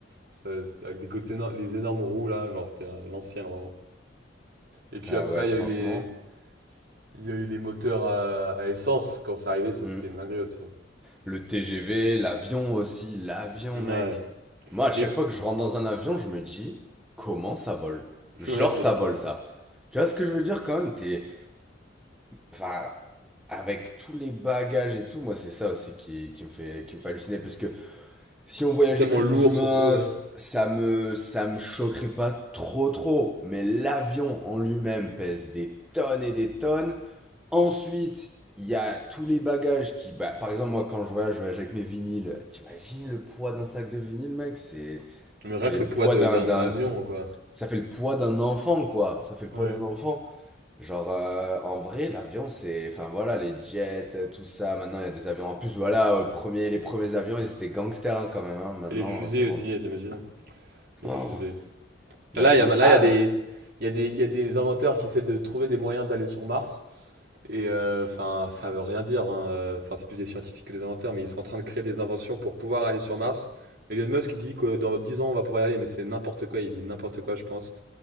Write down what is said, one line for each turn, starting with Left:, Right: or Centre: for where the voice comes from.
Right: Ça, C'était avec des côtes éno- les énormes roues là, genre c'était euh, l'ancien vraiment. Et puis
Centre: Ah
Right: après,
Centre: ouais,
Right: il
Centre: franchement.
Right: y a eu les, il y a eu les moteurs à, à essence quand c'est arrivé, ça
Centre: Hmm.
Right: c'était une dinguerie aussi.
Centre: Le TGV, l'avion aussi, l'avion,
Right: Ouais.
Centre: mec. Moi, à chaque
Right: Les-
Centre: fois
Right: <laughs>
Centre: que je rentre dans un avion, je me dis, comment ça vole? Genre,
Right: Ouais, c'est
Centre: ça
Right: fou,
Centre: vole,
Right: ouais.
Centre: ça. Tu vois ce que je veux dire quand même? T'es, enfin, avec tous les bagages et tout, moi, c'est ça aussi qui, qui me fait, qui me fait halluciner. Parce que si on voyageait
Right: C'est tellement
Centre: que
Right: lourd
Centre: des humains,
Right: surtout, ouais.
Centre: c- ça me, ça me choquerait pas trop, trop. Mais l'avion en lui-même pèse des tonnes et des tonnes. Ensuite, il y a tous les bagages qui. Bah, par exemple, moi, quand je voyage, je voyage avec mes vinyles. T'imagines le poids d'un sac de vinyle, mec C'est
Right: Mais rien
Centre: c'est
Right: que
Centre: le
Right: le poids
Centre: poids
Right: de-
Centre: d'un.
Right: d'un
Centre: d'un-
Right: avion quoi.
Centre: Ça fait le poids d'un enfant, quoi. Ça fait le
Right: Ouais.
Centre: poids d'un enfant. Genre, euh, en vrai, l'avion, c'est. Enfin, voilà, les jets, euh, tout ça. Maintenant, il y a des avions. En plus, voilà, euh, premier, les premiers avions, ils étaient gangsters, hein, quand même. hein. Maintenant,
Right: Et les fusées
Centre: ça va.
Right: aussi,
Centre: non.
Right: t'imagines? Les
Centre: Oh,
Right: fusées.
Centre: la
Right: Là,
Centre: fusée.
Right: il y a, là,
Centre: Ah
Right: il y a des, Il y a des, il y a des inventeurs qui essaient de trouver des moyens d'aller sur Mars. Et euh, enfin, ça veut rien dire. hein. euh, Enfin, c'est plus des scientifiques que des inventeurs, mais ils sont en train de créer des inventions pour pouvoir aller sur Mars. Elon Musk il dit que dans 10 ans on va pouvoir y aller, mais c'est n'importe quoi. Il dit n'importe quoi, je pense.